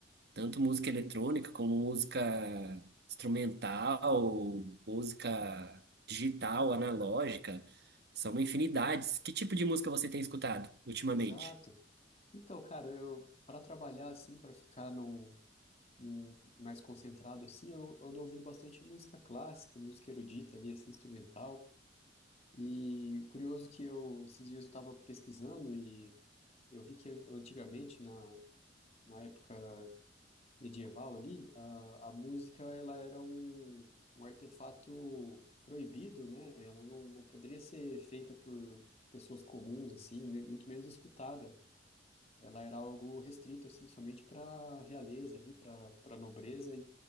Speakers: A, on the right (about 60°); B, on the left (about 35°).
A: Tanto música eletrônica como música instrumental, música digital, analógica. São uma infinidade. Que tipo de música você tem escutado ultimamente?
B: Exato. Então, cara, eu para trabalhar assim, para ficar num, hum, mais concentrado assim, eu ando ouvindo bastante música clássica, música erudita ali, assim, instrumental. E curioso que eu, esses dias eu estava pesquisando e eu vi que antigamente, na, na época medieval ali, a, a música ela era um, um artefato proibido, né? Ela não, não poderia ser feita por pessoas comuns, assim, nem- muito menos escutada. Ela era algo restrito, assim, somente para realeza ali, para para nobreza